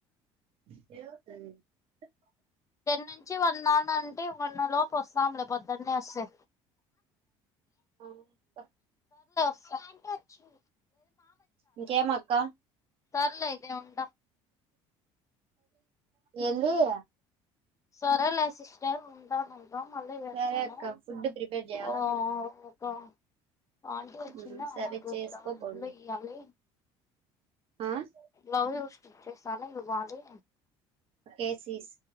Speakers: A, on the right; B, on the left.
A: <unintelligible>
B: టెన్ను చ్చి వన్ దాకంటే వన్నలోప్ పొస్తాంలే పొద్దున్నే వస్తే
A: ఆ
B: <unintelligible>
A: ఇంకేమక్క
B: సర్లే నేనుంటా
A: ఎళ్లుయా
B: సరేలే సిస్టర్ ఉంటాను మళ్ళీ చేస్తాను
A: సరే అక్క ఫుడ్ ప్రిపేర్ చేయాలా
B: ఆ
A: మీరు
B: గా ఆంటీ వచ్చిందా
A: ఉమ్, సరే
B: మాకు
A: చేసుకోపోండి
B: ఫ్లవర్ లో ఇయ్యాలి
A: ఆ
B: లవ్యూస్ ఇస్ స్థలం ఇవ్వాలి
A: కేసీస్